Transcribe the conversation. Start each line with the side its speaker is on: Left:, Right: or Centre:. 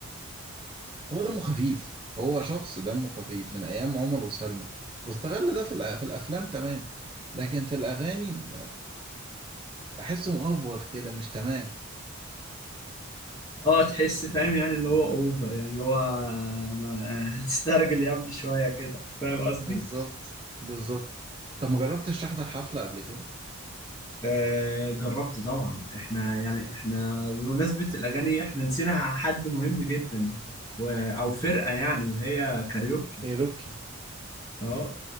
Right: هو دمه خفيف هو شخص دمه خفيف من ايام عمر وسلمى واستغل ده في الأ- في الافلام تمام لكن في الاغاني احسه مأفور كده مش تمام
Left: اه تحس فاهم يعني اللي هو اوفر يعني اللي هو ما- <laughs> هتسترجل يا ابني شويه كده فاهم قصدي
Right: بالظبط بالظبط طب ما جربتش تحضر حفلة قبل كده
Left: آه جربت طبعا احنا يعني احنا بمناسبه الاغاني احنا نسينا حد مهم جدا و... او فرقه يعني وهي كاريوكي
Right: كايروكي
Left: اه